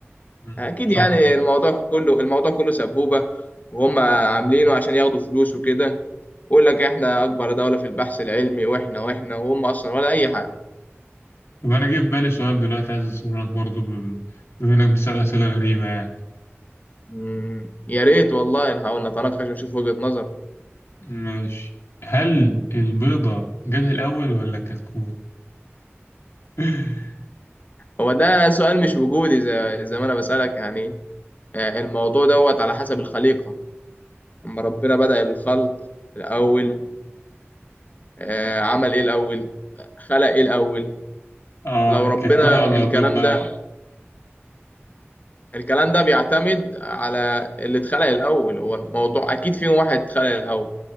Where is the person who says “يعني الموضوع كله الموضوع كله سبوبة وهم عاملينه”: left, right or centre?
Left